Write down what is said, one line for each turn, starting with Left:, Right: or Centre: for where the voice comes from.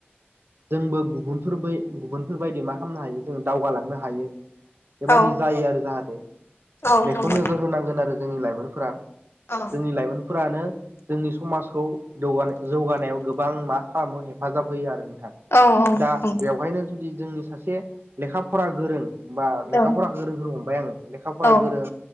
Right: जोंबो गुबुनफोर बै गुबुनफोरबायदि मा खालामनो हायो जों दावगालांनो हायो बेबायदि
Left: औ
Right: जायो आरो जाहाथे
Left: औ
Right: बेखौ
Left: नंगौ
Right: नोजोर होनांगोन आरो जोंनि लाइमोनफोरा
Left: औ
Right: जोंनि लाइमोनफोरानो जोंनि समाजखौ जौगानायाव गोबां मा खालामो हेफाजाब होयो आरो नोंथां
Left: औ औ
Right: दा
Left: नंगौ
Right: बेवहायनो जोंनि सासे लेखा फरा गोरों बा
Left: औ
Right: लेखाफोरा गोरोंखौनो हमबाय आङो लेखाफरा
Left: औ
Right: गोरों